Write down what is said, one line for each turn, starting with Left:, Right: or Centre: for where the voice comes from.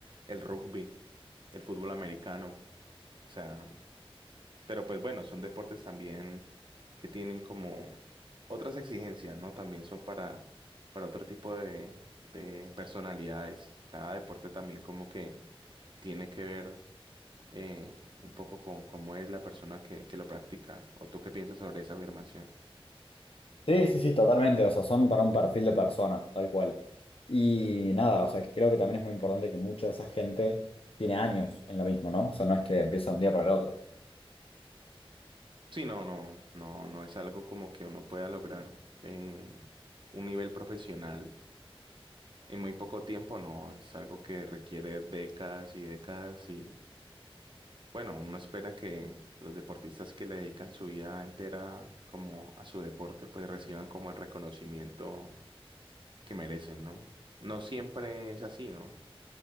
Right: el rugby, el fútbol americano, o sea, Pero pues bueno, son deportes también que tienen como otras exigencias, ¿no? También son para, para otro tipo de, de personalidades. Cada deporte también como que tiene que ver eh, un poco con cómo es la persona que, que lo practica. ¿O tú qué piensas sobre esa afirmación?
Left: Sí, sí, sí, totalmente, o sea, son para un perfil de persona, tal cual. Y nada, o sea, creo que también es muy importante que mucha de esa gente tiene años en lo mismo, ¿no? O sea, no es que empieza de un día para el otro.
Right: Sí, no, no, no, no es algo como que uno pueda lograr eh, un nivel profesional en muy poco tiempo, no, es algo que requiere décadas y décadas y Bueno, uno espera que los deportistas que le dedican su vida entera como a su deporte, pues reciban como el reconocimiento que merecen, ¿no? No siempre es así, ¿no?